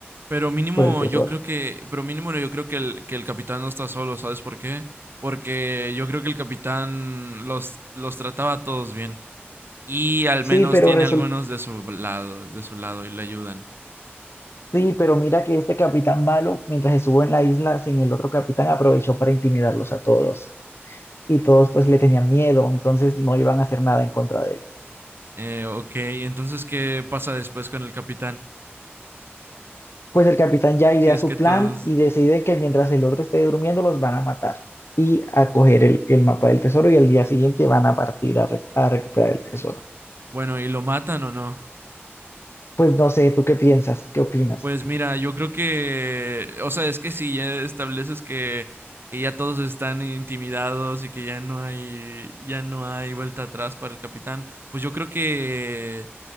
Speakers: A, on the right; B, on the left.
A: Pero mínimo,
B: por el tesoro.
A: yo creo que, pero mínimo yo creo que el, que el capitán no está solo, ¿sabes por qué? Porque yo creo que el capitán los, los trataba a todos bien. Y al
B: Sí,
A: menos
B: pero
A: tiene
B: resol-
A: algunos de su lado, de su lado y le ayudan.
B: sí, pero mira que este capitán malo, mientras estuvo en la isla sin el otro capitán, aprovechó para intimidarlos a todos. Y todos pues le tenían miedo, entonces no iban a hacer nada en contra de él.
A: Eh, ok, entonces, ¿qué pasa después con el capitán?
B: Pues el capitán ya idea
A: Si es
B: su
A: que
B: plan
A: todos.
B: y decide que mientras el otro esté durmiendo los van a matar y a coger el, el mapa del tesoro y al día siguiente van a partir a, re- a recuperar el tesoro.
A: Bueno, ¿y lo matan o no?
B: Pues no sé, ¿tú qué piensas? ¿Qué opinas?
A: Pues mira, yo creo que, o sea, es que si ya estableces que, que ya todos están intimidados y que ya no hay, ya no hay vuelta atrás para el capitán, pues yo creo que